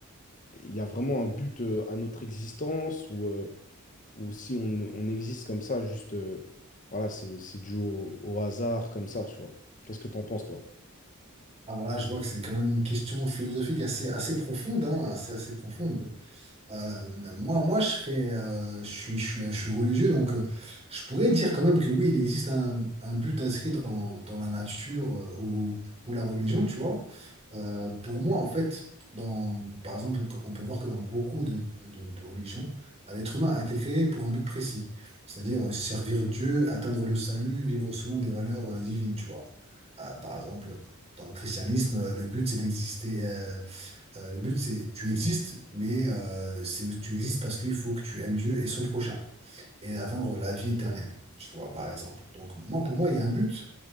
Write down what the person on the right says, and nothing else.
Ah voilà, je vois que c'est quand même une question philosophique assez, assez profonde, hein, assez, assez profonde. Euh, moi, moi, je serais, euh, je suis, je suis, je suis religieux, donc euh, je pourrais dire quand même que oui, il existe un, un but inscrit dans, dans la nature euh, ou, ou la religion, tu vois. Euh, pour moi, en fait, dans, par exemple, on peut voir que dans beaucoup de, de- de religions, euh, l'être humain a été créé pour un but précis, c'est-à-dire euh, servir Dieu, atteindre le salut, vivre selon des valeurs euh, divines, tu vois. Euh, par exemple, dans le christianisme, euh, le but, c'est d'exister. euh, euh, le but, c'est tu existes, mais euh, c'est tu existes parce qu'il faut que tu aimes Dieu et son prochain et atteindre la vie éternelle, tu vois, par exemple. Donc, moi, pour moi, il y a un but